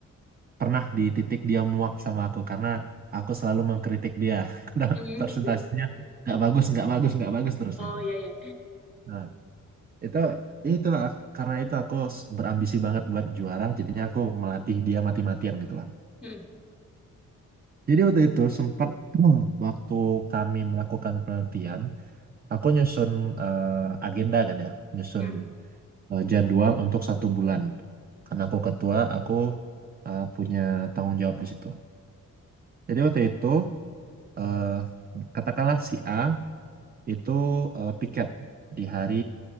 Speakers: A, on the right; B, in the centre.
A: pernah di titik dia muak sama aku karena aku selalu mengkritik dia <laughs> karena
B: hmm.
A: presentasinya nggak bagus, nggak bagus, nggak bagus terus
B: Oh
A: gitu.
B: ya ya.
A: Nah, Itu itu ak- karena itu aku s- berambisi banget buat juara, jadinya aku melatih dia mati-matian gitu lah.
B: Hmm,
A: Jadi waktu itu sempat <clears throat> waktu kami melakukan penelitian, aku nyusun eh, agenda kan ya, nyusun
B: hmm,
A: eh, jadwal untuk satu bulan. Karena aku ketua, aku eh, punya tanggung jawab di situ. Jadi waktu itu eh, katakanlah si A itu eh, piket di hari